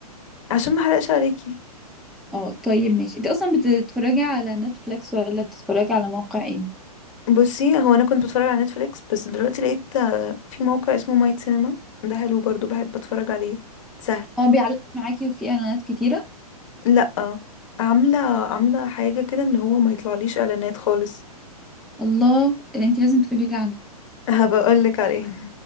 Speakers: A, on the left; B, in the centre.
A: عشان ما احرقش عليكي
B: اه طيب ماشي انت اصلا بتتفرجي على نتفليكس ولا بتتفرجي على موقع ايه
A: بصي هو انا كنت بتفرج على نتفليكس بس دلوقتي لقيت آه، في موقع اسمه مايت سينما ده حلو برضو بحب اتفرج عليه سهل
B: اه بيعلق معاكي وفي اعلانات كتيره
A: لا عامله عامله حاجه كده ان هو ما يطلعليش اعلانات خالص
B: الله اللي انت لازم تقولي لي عنها
A: <laughs> هبقولك عليه